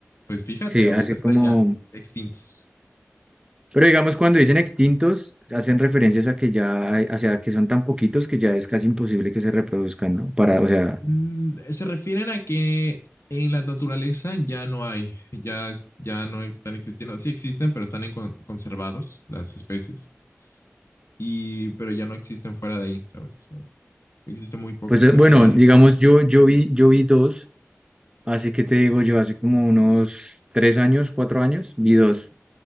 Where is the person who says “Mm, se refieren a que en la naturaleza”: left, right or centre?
Left